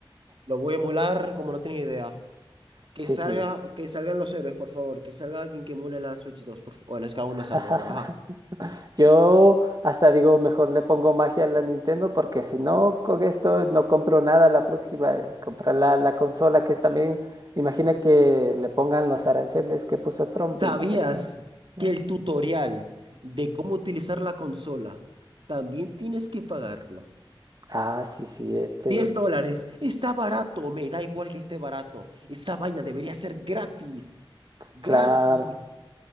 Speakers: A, on the right (about 70°); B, on the right (about 45°).
A: Lo voy a emular como no tienes idea. Que
B: Sí,
A: salga,
B: sí.
A: que salgan los héroes, por favor, que salga alguien que emule la Switch 2, por fa- Bueno, es que aún
B: <laughs>
A: no sale, pero ajá.
B: Yo hasta digo, mejor le pongo magia a la Nintendo porque si no, con esto no compro nada la próxima. eh, Comprar la, la consola que también, imagina que le pongan los aranceles que puso Trump,
A: ¿Sabías
B: imagina. ¿no?
A: que el tutorial de cómo utilizar la consola también tienes que pagarlo?
B: Ah, sí, sí, este,
A: diez dólares. Está barato. Me da igual que esté barato. Esa vaina debería ser gratis. Gratis.
B: claro.